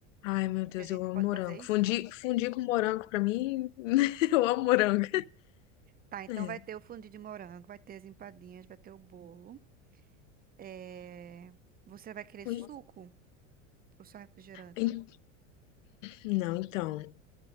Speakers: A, on the left; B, on the right.
A: Ai, meu Deus,
B: Que a gente
A: eu amo
B: pode
A: morango.
B: fazer isso?
A: Fundir, fundir com morango, pra mim, <laughs> eu amo morango.
B: Tá, então
A: É.
B: vai ter o fundi de morango, vai ter as empadinhas, vai ter o bolo. É, Você vai querer
A: Fun-
B: suco ou só refrigerante?
A: en- Não, então,